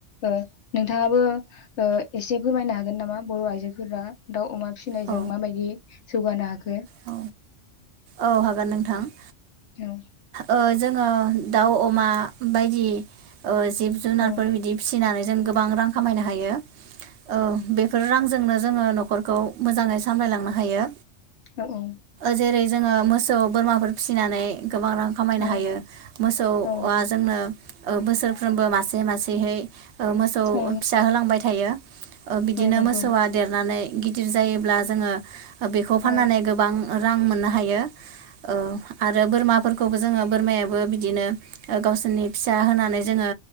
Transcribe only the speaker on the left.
ओ नोंथाङाबो ओ एसे फोरमायनो हागोन नामा बर' आइजोफोरा दाउ, अमा फिसिनायजों
माबायदि जौगानो हाखो।
औ
औ
औ औ
औ
औ
औ
औ नंगौ
औ